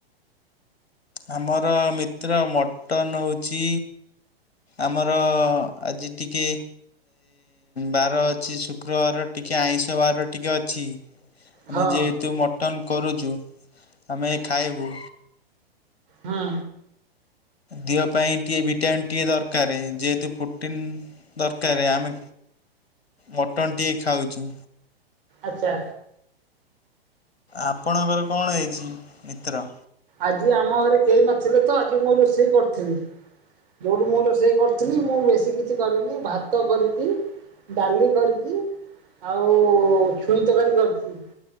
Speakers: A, on the left; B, on the right.
A: ଆମର ମିତ୍ର ମଟନ ହେଉଛି ଆମର ଆଜି ଟିକେ ବାର ଅଛି ଶୁକ୍ରବାର ଟିକେ ଆଇଁଷ ବାର ଟିକେ ଅଛି।
B: ହଁ
A: ଆମେ ଯେହେତୁ ମଟନ କରୁଚୁ ଆମେ ଖାଇବୁ
B: ହାଁ
A: ଦିହ ପାଇଁ ଟିକଏ ଭିଟାମିନ୍ ଟିକେ ଦରକାର କାରେ ଯେହେତୁ ପ୍ରୁଟିନ୍ ଦରକାରେ ଆମେ ମଟନ୍ ଟିକେ ଖାଉଚୁ।
B: ଆଚ୍ଛା।
A: ଆପଣଙ୍କର କଣ ହେଇଚି ମିତ୍ର?
B: ଆଜି ଆମ ଘରେ କେହି ନଥିଲେ ତ ଆଜି ମୁଁ ରୋଷେଇ କରୁଥିଲି। ଯୋଉଠୁ ମୁଁ ରୋଷେଇ କରିଥିଲି ମୁଁ ବେଶୀ କିଛି କରିନି ଭାତ କରିଚି ଡାଲି କରିଚି ଆଉ ଛୁଇଁ ତରକାରୀ କରିଚି।